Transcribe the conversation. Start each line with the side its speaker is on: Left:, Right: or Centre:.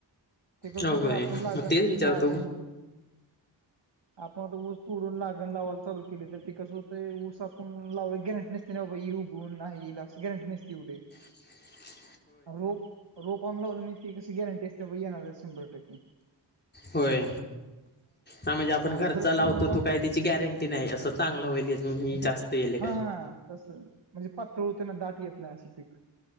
Right: तिक
Left: होय
Right: सुध आपण लाग
Left: मग तेच विचारतो
Right: लागण आपण ऊस तोडून लागण लावायला चालू केली तर ती कसं होतंय ऊस आपून लावय गॅरंटी नसते ना बाबा ईल उगवून नाही लास्ट गॅरंटी नसती एवढी.
Left: <unintelligible>
Right: रोप रोप आणून लावलं मी ती कशी गॅरंटी असते व येणार शंभर टक्के.
Left: होय. हा म्हणजे आपण घरचा
Right: असं करत
Left: लावतो
Right: पण आता
Left: तू काय त्याची गॅरंटी नाही असं चांगलं होईल म
Right: म्हणजे
Left: जास्त येल.
Right: हा हा तस म्हणजे पातळ होतोय त्यांना दाट येत नाही असं पीक.